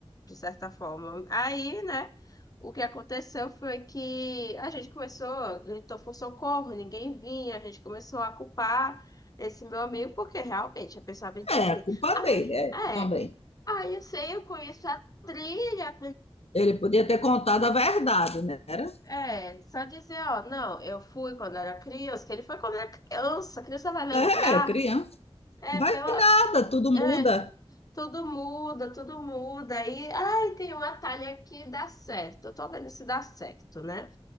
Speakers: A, on the left; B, on the left.
A: de certa forma. Aí, né? O que aconteceu foi que a gente começou, gritou por socorro, ninguém vinha, a gente começou a culpar esse meu amigo, porque realmente a pessoa vem dizer:
B: É, a culpa
A: Ah,
B: dele, é, também.
A: é, ah, eu sei, eu conheço a trilha.
B: Ele podia ter contado a verdade, né? Era,
A: É, só dizer, ó, não, eu fui quando era criança, que ele foi quando era criança, a criança vai lembrar,
B: é, criança.
A: é,
B: Vai
A: pela,
B: nada, tudo
A: é,
B: muda.
A: tudo muda, tudo muda, aí, ai, tem um atalho aqui, dá certo, eu tô vendo se dá certo, né?